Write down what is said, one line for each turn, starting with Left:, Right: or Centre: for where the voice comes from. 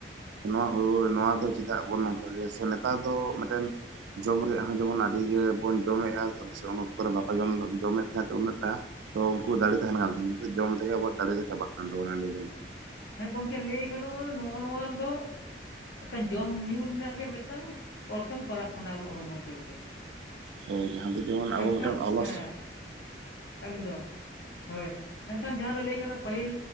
Right: ᱱᱚᱣᱟ ᱦᱩᱲᱩ ᱱᱚᱣᱟ ᱫᱚ ᱪᱮᱫᱟᱜ ᱵᱚᱱ ᱱᱚᱝᱠᱟ ᱜᱮᱭᱟ ᱥᱮ ᱱᱮᱛᱟᱨ ᱫᱚ ᱢᱤᱫᱴᱮᱱ ᱡᱚᱢ ᱨᱮᱭᱟᱜ ᱦᱚᱸ ᱡᱮᱢᱚᱱ ᱟᱹᱰᱤ ᱜᱮ ᱵᱚᱱ ᱡᱚᱢᱮᱫᱼᱟ ᱛᱚ᱾ ᱥᱮ ᱩᱱ ᱚᱠᱛᱚ ᱨᱮ ᱵᱟᱠᱚ ᱡᱚᱢ ᱫᱟ ᱡᱚᱢᱮᱜ ᱛᱟᱦᱮᱸᱫ ᱩᱱᱟᱹᱜ ᱴᱟᱜ᱾ ᱛᱚ ᱩᱱᱠᱩ ᱫᱟᱲᱮ ᱛᱟᱦᱮᱱ ᱠᱟᱱ ᱛᱮ ᱱᱤᱛᱚᱜ ᱡᱚᱢ ᱛᱮᱜᱮ ᱟᱵᱚᱣᱟᱜ ᱫᱟᱲᱮ ᱫᱚ ᱪᱟᱵᱟᱜ ᱠᱟᱱ ᱛᱟᱵᱚᱱᱟ ᱞᱟᱹᱭ ᱜᱟᱱᱚᱜ-ᱟ᱾
Left: ᱦᱮᱸ ᱜᱚᱝᱠᱮ ᱞᱟᱹᱭ ᱜᱟᱱᱚᱜ-ᱟ ᱱᱚᱣᱟ ᱱᱚᱣᱟ ᱫᱚ ᱢᱮᱱ ᱠᱷᱟᱱ ᱡᱚᱢ ᱧᱩ ᱨᱮᱱᱟᱜ ᱜᱮ ᱢᱮᱫᱴᱟᱝ ᱚᱨᱥᱚᱝ ᱯᱟᱲᱟᱜ ᱠᱟᱱᱟ ᱟᱵᱚᱣᱟᱜ ᱦᱚᱲᱢᱚ ᱡᱳᱨ ᱨᱮ᱾
Right: ᱦᱳᱭ ᱡᱟᱦᱟᱸ ᱫᱚ ᱡᱮᱢᱚᱱ
Left: ᱢᱮᱱᱠᱷᱟᱱ
Right: ᱟᱵᱚ ᱢᱤᱫᱴᱮᱱ ᱚᱞᱚᱥᱼᱼ
Left: ᱦᱮᱸ ᱮᱠᱫᱚᱢ ᱦᱳᱭ᱾ ᱢᱮᱱᱠᱷᱟᱱ ᱡᱟᱦᱟᱸ ᱫᱚ ᱞᱟᱹᱭ ᱜᱟᱱᱚᱜ-ᱟ ᱯᱟᱹᱦᱤᱞ